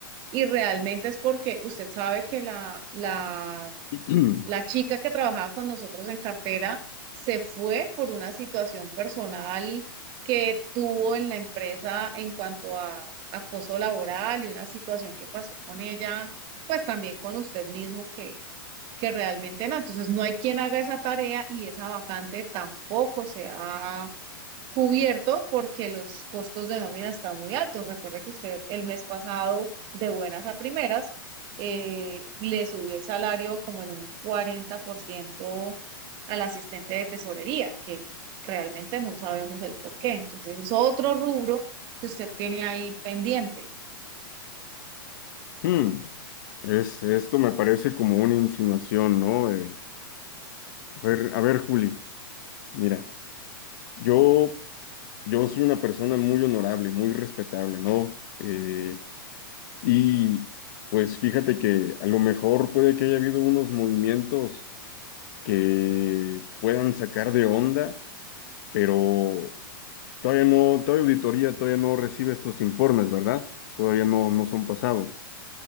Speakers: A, on the right; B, on the left.
A: y realmente es porque usted sabe que la, la
B: <clears throat>
A: la chica que trabajaba con nosotros en cartera se fue por una situación personal que tuvo en la empresa en cuanto a acoso laboral y una situación que pasó con ella, pues también con usted mismo que, que realmente no. Entonces no hay quien haga esa tarea y esa vacante tampoco se ha cubierto porque los costos de nómina están muy altos. Recuerde que usted el mes pasado, de buenas a primeras, eh, le subió el salario como en un 40% al asistente de tesorería, que realmente no sabemos el por qué. Entonces es otro rubro que usted tiene ahí pendiente.
B: mm, es, esto me parece como una insinuación, ¿no? Eh, a ver, a ver, Juli, mira, yo... Yo soy una persona muy honorable, muy respetable, ¿no? Eh, y pues fíjate que a lo mejor puede que haya habido unos movimientos que puedan sacar de onda, pero todavía no, todavía auditoría todavía no recibe estos informes, ¿verdad? Todavía no, no son pasados.